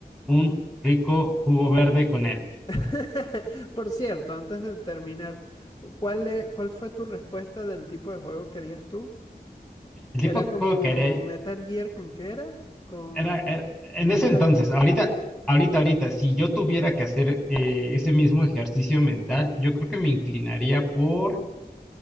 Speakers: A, in the centre; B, on the left (about 25°).
A: un rico jugo verde con él.
B: <laughs> Por cierto, antes de terminar, ¿cuál, e- cuál fue tu respuesta del tipo de juego que harías tú?
A: El
B: ¿Era
A: tipo de juego
B: como
A: que haría
B: Metal Gear con qué era? Con...
A: era, era- en ese
B: Metal-
A: entonces, ahorita, ahorita, ahorita, si yo tuviera que hacer eh, ese mismo ejercicio mental, yo creo que me inclinaría por